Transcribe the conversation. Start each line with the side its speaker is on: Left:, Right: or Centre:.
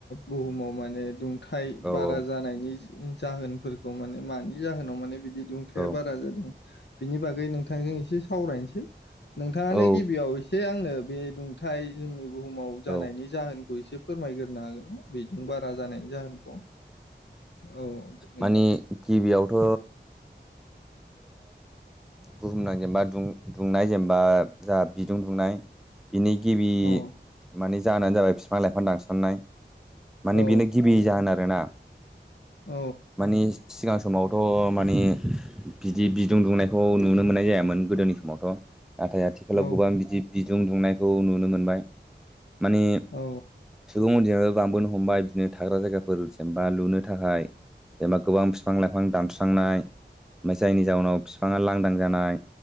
Left: बुहुमाव माने दुंथाय
Centre: औ
Left: बारा
Centre: औ
Left: जानायनि जाहोनफोरखौ माने मानि जाहोनाव माने बिदि दुंथाया
Centre: औ
Left: बारा जादों बिनि बागै नोंथांजों एसे सावरायनोसै नोंथाङानो
Centre: औ
Left: गिबियाव एसे आंनो बे दुंथाय जोंनि बुहुमाव जानायनि
Centre: औ
Left: जाहोन एसे फोरमायग्रोनो हागोन ना बेजों बारा जानायनि जाहोनखौ? औ नोंथां
Centre: माने गिबियावथ' बुहुमनां जेनेबा दुंनाय जेनेबा जाहा बिदुं दुंनाय बिनि गिबि
Left: औ
Centre: माने जाहोनानो जाबाय बिफां लाइफां दानसननाय माने
Left: औ
Centre: बेनो गिबि जाहोन आरो ना
Left: औ
Centre: माने सिगां समावथ' माने बिदि बिदुं दुंनायखौ नुनो मोननाय जायामोन गोदोनि समावथ' नाथाय आथिखालाव
Left: औ
Centre: गोबां बिदि बिदुं दुंनायखौ नुनो मोनबाय। माने
Left: औ
Centre: सुबुं अनजोंबो लांबोनो हमबाय बिदिनो थाग्रा जायगाफोर जेनबा लुनो थाखाय जेनेबा गोबां बिफां लाइफां दानस्रांनाय ओमफ्राय जायनि जाउनाव बिफाङा लांदां जानाय